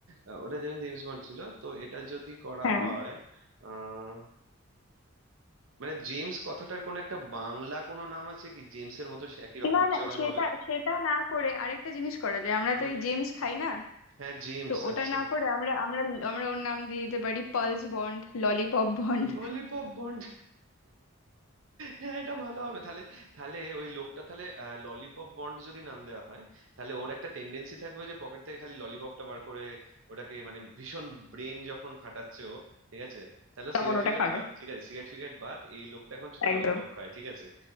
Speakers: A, on the right (about 70°); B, on the left (about 80°).
A: আহ, ওটা যেমন জেমস বন্ড ছিল তো এটা যদি করা
B: হ্যাঁ
A: হয় আহ, মানে জেমস কথাটার কোনো একটা বাংলা কোনো নাম আছে কি জেমসের মতো সে একই রকম
B: না
A: উচ্চারণ
B: না সেটা
A: হবে
B: সেটা না করে আরেকটা জিনিস করা যায় আমরা
A: হুম
B: তো এই জেমস খাই না
A: হ্যাঁ জেমস
B: তো ওটা
A: আচ্ছা
B: না করে আমরা আমরা আমরা ওর নাম দিয়ে দিতে পারি পালস বন্ড ললিপপ বন্ড
A: ললিপপ বন্ড হ্যাঁ এটা ভালো হবে তাহলে তাহলে ওই লোকটা তাহলে ললিপপ বন্ড যদি নাম দেওয়া হয় তাহলে ওর একটা টেন্ডেন্সি থাকবে যে পকেট থেকে খালি ললিপপটা বার করে ওটাকে মানে ভীষণ ব্রেন যখন খাটাচ্ছে ও ঠিক আছে তাহলে
B: তখন
A: সিগারেট
B: ওটা
A: ফিগারেট
B: খাবে
A: বাদ ঠিক আছে সিগারেট ফিগারেট বাদ এই লোকটা এখন শুধু
B: একদম
A: ললিপপ খায় ঠিক আছে